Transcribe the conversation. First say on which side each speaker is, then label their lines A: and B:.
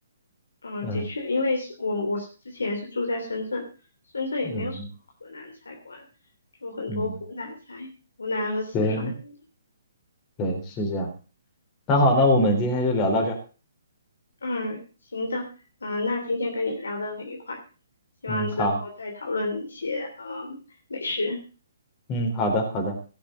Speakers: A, on the left; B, on the left.
A: 嗯，
B: 嗯
A: 的确，因为是我我是之前是住在深圳，深圳也没有什么河南菜馆，
B: 嗯。
A: 就很多湖南菜，
B: 嗯，
A: 湖南和四川人。
B: 对对，是这样。那好，那我们今天就聊到这儿
A: 嗯，行的，嗯、那今天跟你聊得很愉快，希望之后再讨论一些呃美食，
B: 嗯，好，嗯，好的，好的，